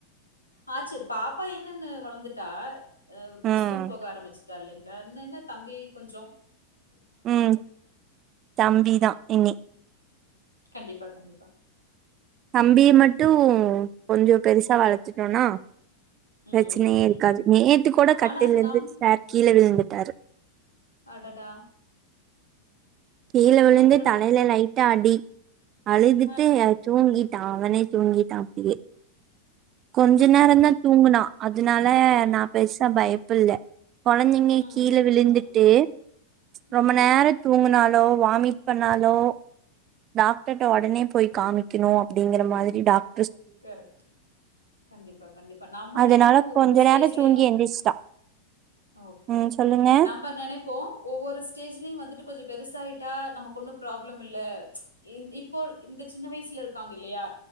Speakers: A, on the left; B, on the right.
A: ஆச்சு பாப்பா என்னன்னு வளர்ந்துட்டா அ
B: ம்
A: ஸ்கூல் போக ஆரம்பிச்சு தல்லைங்களா இன்ன என்ன தம்பி கொஞ்சோ
B: ம் தம்பிதா இன்னி
A: கண்டிப்பா கண்டிப்பா
B: தம்பிய மட்டு கொஞ்சோ பெருசா வளத்துட்டோனா
A: ம்.
B: ப்ரச்சனையே இருக்காது நேத்து கூட
A: ஆ-
B: கட்டில
A: ஆனா
B: இருந்து
A: நம்
B: சார் கீழ விழுந்து டாரு
A: அடடா
B: கீழ விழுந்து
A: அப்புறம் என்ன
B: தலைல
A: பண்
B: லைட்டா அடி அழுதுட்டு
A: ஆ.
B: அது தூங்கி டா அவனே தூங்கிட்டா அப்டியே கொஞ்ச
A: ஓ!
B: நேரந்தா தூங்கினா அதுனால
A: ம்.
B: நா பெருசா பயப் புள்ள கொழந்தைங்க
A: ம்.
B: கீழ விழுந்துட்டு
A: ம்.
B: ரொம்ப
A: ம்.
B: நேர தூங்குனாலு வாமிட் பண்ணாலோ டாக்டர்ட உடனே போய் காமிக்கினு அப்டிங்கற மாதிரி டாக்
A: கரெக்ட் கண்டிப்பா கண்டிப்பா நாம்ம
B: அதனால
A: நெனைப்போ ஒவ்வொரு
B: கொஞ்ச
A: ஸ்டேஜ்லயு
B: நேரோ தூங்கி எந்திரிச்சிட்டா
A: ஓகே
B: ம்
A: ஓகே
B: சொல்லுங்க
A: நம்ப நெனைப்போ ஒவ்வொரு ஸ்டேஜ்லியு வந்துட்டு கொஞ்ச பெருசாயிட் டா நமக்கு ஒன்னு ப்ராப்ளம் இல்ல ம்ச் இன் இப்போ இந்த சின்ன வயசுல இருக்காங்கில்லையா